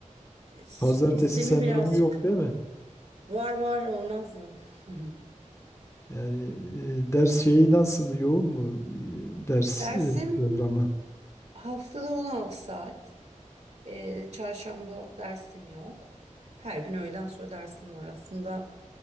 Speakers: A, on the right; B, on the left.
A: S-
B: Pazartesi
A: Sistemi
B: sendromu
A: birazcık
B: yok değil mi?
A: var var olmaz mı? <laughs>
B: Yani e, ders şeyi nasıl, yoğun mu e, ders
A: Dersim
B: e, programı?
A: haftada 16 saat. Ee, çarşamba dersim yok. Her gün öğleden sonra dersim var aslında.